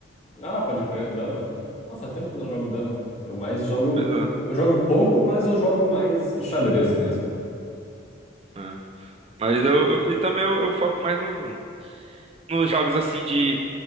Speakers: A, on the left; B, on the right.
A: Ah, pode crer, dama. Nossa, faz tempo que eu não jogo dama. Eu mais jogo.
B: Pois é.
A: Eu jogo pouco, mas eu jogo mais xadrez mesmo.
B: é. Mas eu, eu- e também eu, eu foco mais no, nos jogos assim de,